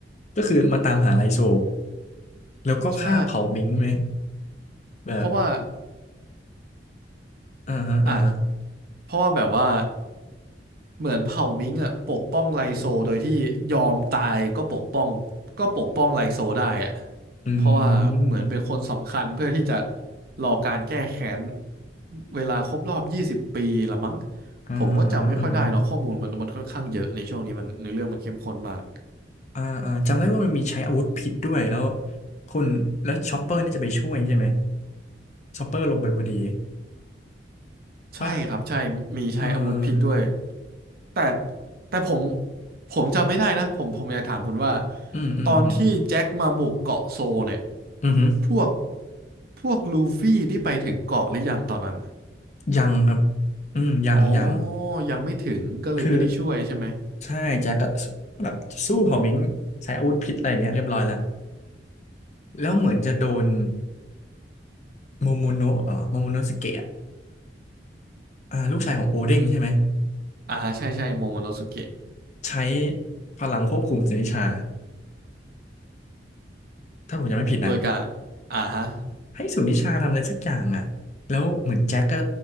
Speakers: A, on the left; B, on the right.
A: ก็คือมาตามหาไลโซแล้วก็ฆ่าเผามิงไหม
B: ใช่
A: แบบ
B: เพราะว่า
A: อ่าฮะอ่าฮะ
B: อ่ะเพราะว่าแบบว่าเหมือนเผ่ามิงอ่ะปกป้องไลโซโดยที่ยอมตายก็ปกป้องก็ปกป้องไลโซได้อ่ะ
A: อื
B: เพราะว่าเหมือนเป็นคนสำคัญเพื่อที่จะ
A: ม
B: รอการแก้แค้นเวลาครบรอบยี่สิบปีละมั้ง
A: อ่าฮะอ่าฮะ
B: ผมก็จำไม่ค่อยได้เนาะข้อมูลมันมันค่อนข้างเยอะในช่วงนี้มันในเรื่องมันเข้มข้นมาก
A: อ่าอ่าจำได้ว่ามันมีใช้อาวุธพิษด้วยแล้วคุณแล้วชอปเปอร์นี่จะไปช่วยใช่ไหมชอปเปอร์ลงไปพอดี
B: ใช่ครับใช่มีใช้อาวุธพิษด้วย
A: ป่ะเออ
B: แต่แต่ผมผมจำไม่ได้นะผมผมอยากถามคุณว่า
A: อืมอืมอืม
B: ตอนที่แจ็คมาบุกเกาะโซเนี่ย
A: อืมอหือ
B: พวกพวกลูฟี่นี่ไปถึงเกาะหรือยังตอนนั้น
A: ยังครับอืมยังยัง
B: อ๋อยังไม่ถึงก็เลยไม่ได้ช่วยใช่ไหม
A: คือใช่แจ็คก็สู้แบบสู้เผ่ามิงใช้อาวุธพิษอะไรอย่างเงี้ยเรียบร้อยแล้วแล้วเหมือนจะโดนโมโมโนะเอ่อโมโมโนะสเกะอ่าลูกชายของโอเด้งใช่ไหม
B: อ่าใช่ใช่โมโมโนสุเกะ
A: ใช้พลังควบคุมสุนิชาถ้าผมจำไม่ผิดนะ
B: โดยการอ่าฮะ
A: ให้สุนิชาทำอะไรสักอย่างอ่ะแล้วเหมือนแจ็คก็